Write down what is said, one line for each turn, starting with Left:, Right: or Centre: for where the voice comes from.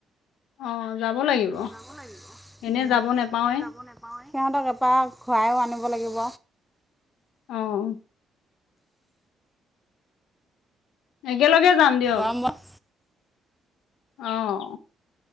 Left: অঁ যাব লাগিব।
Centre: যাবলাগিব অ
Left: এনে যাব নেপাওৱে।
Centre: এনে যাব নাপাও সিহঁতক এপাক খুৱাইো আনিব লাগিব
Left: আহ এই একেলগে যাম দিয়ক
Centre: গৰম বন্ধ
Left: আহ